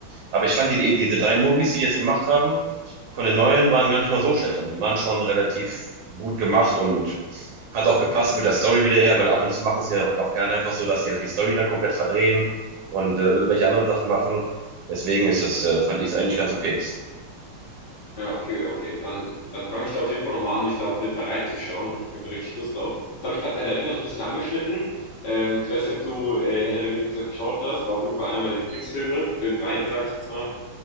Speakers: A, on the right; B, on the left.
A: Aber ich fand diese, diese drei Movies, die die jetzt gemacht haben, von den neuen waren gar nicht mal so schlecht. Also die waren schon relativ gut gemacht und hat auch gepasst mit der Story wieder her, weil ab und zu machen sie ja auch, auch gerne einfach so, dass die halt die Story dann komplett verdrehen und äh, irgendwelche anderen Sachen machen. Deswegen ist das, äh, fand ich es eigentlich ganz okay.
B: Ja, okay, okay. Dann, dann fange ich da auf jeden Fall nochmal an, mich da auf jeden Fall reinzuschauen. Habe ich auf jeden Fall richtig Lust drauf. Jetzt habe ich gerade Herr der Ringe so ein bisschen angeschnitten. Ähm, ich weiß nicht, ob du äh, Herr der Ringe, wie gesagt, geschaut hast. War auf jeden Fall einer meiner Lieblingsfilme. Filmreihen, sage ich jetzt mal.